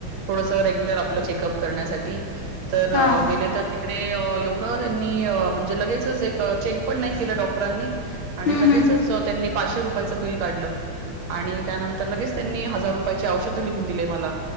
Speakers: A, on the right; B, on the left.
A: थोडस रेग्युलर आपलं चेकअप करण्यासाठी तर
B: हां
A: गेले त ती तिकडे अं एवढं त्यांनी अं म्हणजे लगेचच एक चेक पण नय केलं डॉक्टरांनी आणि
B: हं,
A: लगेचच
B: हं.
A: त्यांनी पाचशे रुपयाचं बिल काडलं. आणि त्यानंतर लगेच त्यांनी हजार रुपयाची औषधं लिहून दिले मला